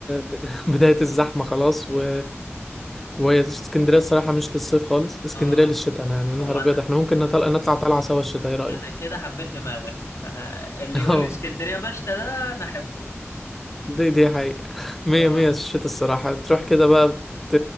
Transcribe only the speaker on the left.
اه
هو انا
انا كده حبيت دماغك <laughs>
اللي
يقول لي اسكندرية مشتى ده انا احبه
اه